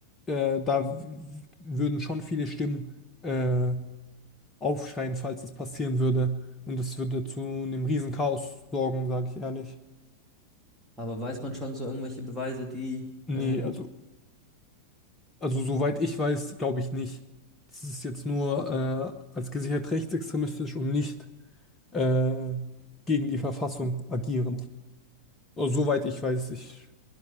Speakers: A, on the left; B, in the centre.
A: äh, da w- würden schon viele Stimmen. äh, aufschreien, falls es passieren würde. Und das würde zu einem riesen Chaos sorgen, sage ich ehrlich.
B: Aber weiß man schon so irgendwelche Beweise, die,
A: Nee,
B: ähm,
A: also, also soweit ich weiß, glaube ich nicht. Das ist jetzt nur äh, als gesichert rechtsextremistisch und nicht äh, gegen die Verfassung agierend. Also, soweit ich weiß, ich